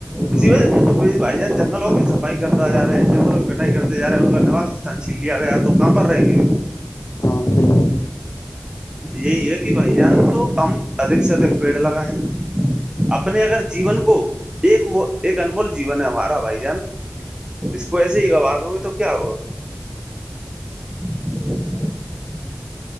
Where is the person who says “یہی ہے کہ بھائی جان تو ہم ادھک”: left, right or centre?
Right